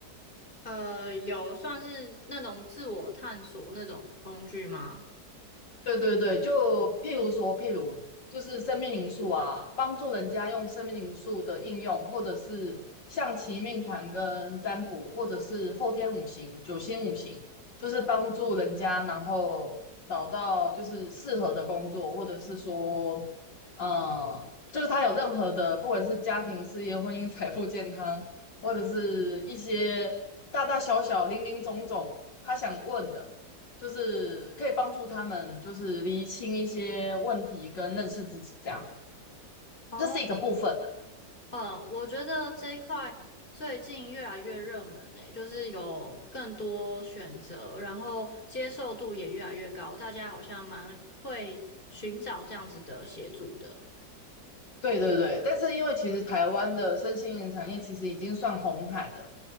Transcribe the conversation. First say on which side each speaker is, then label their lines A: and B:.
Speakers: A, on the left; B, on the left.
A: 呃，有算是那种自我探索那种工具吗？
B: 对对对，就譬如说，譬如就是生命因素啊，帮助人家用生命因素的应用，或者是象棋命盘跟占卜，或者是后天五行、九星五行，就是帮助人家，然后找到就是适合的工作，或者是说，嗯，就是他有任何的，不管是家庭、事业、婚姻、财富、健康，或者是一些大大小小、零零总总，他想问的。就是可以帮助他们，就是厘清一些问题跟认识自己，这样
A: 哦，
B: 这是一个部分啊。
A: 呃，我觉得这一块最近越来越热门呢、就是有更多选择，然后接受度也越来越高，大家好像蛮会寻找这样子的协助的。
B: 对对对，但是因为其实台湾的身心灵产业其实已经算红海了，